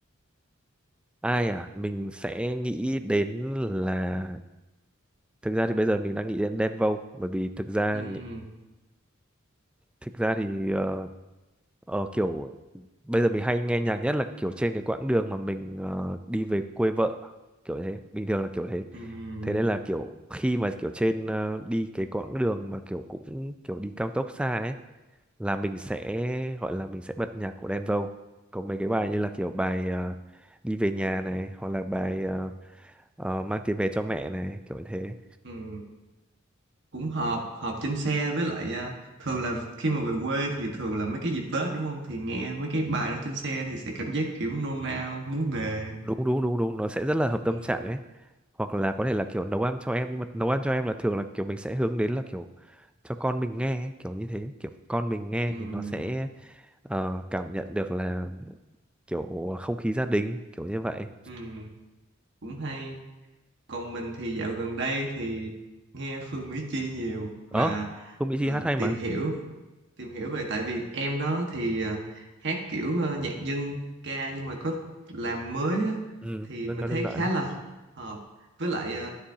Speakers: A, in the centre; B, on the right.
A: ai à mình sẽ nghĩ đến là thực ra thì bây giờ mình đang nghĩ đến Đen Vâu bởi vì thực ra
B: Ừm,
A: những- thực ra thì ờ, ờ, kiểu bây giờ mình hay nghe nhạc nhất là kiểu trên cái quãng đường mà mình ờ, đi về quê vợ kiểu thế bình thường là kiểu thế
B: ừm,
A: thế nên là kiểu khi mà kiểu trên ờ, đi cái quãng đường mà kiểu cũng kiểu đi cao tốc xa ấy là mình sẽ gọi là mình sẽ bật nhạc của Đen Vâu có mấy cái bài như là kiểu bài ờ, đi về nhà này hoặc là bài ờ, ờ, mang tiền về cho mẹ này kiểu như thế
B: ừm. cũng họp họp trên xe với lại à, thường là khi mà về quê thì thường là mấy cái dịp Tết đúng không thì nghe mấy cái bài đó trên xe thì sẽ cảm giác kiểu nôn nao muốn về
A: đúng đúng đúng đúng nó sẽ rất là hợp tâm
B: ừ,
A: trạng ấy hoặc là có thể là kiểu nấu ăn cho em nhưng mà nấu ăn cho em là thường là kiểu mình sẽ hướng đến là kiểu cho con mình nghe ấy, kiểu như thế kiểu con mình nghe
B: ừ,
A: thì nó sẽ ờ, cảm nhận được là kiểu không khí gia đình kiểu như vậy
B: ừ, cũng hay còn mình thì dạo gần đây thì nghe Phương Mỹ Chi nhiều
A: ờ
B: và
A: không Mỹ
B: ờ,
A: Chi hát hay
B: tìm
A: mà
B: hiểu tìm hiểu về tại vì em đó thì ờ, hát kiểu ờ, nhạc dân ca nhưng mà có làm mới á,
A: ừ
B: thì
A: dân
B: mình
A: ca
B: thấy
A: đương đại
B: khá
A: đấy
B: là hợp với lại ờ,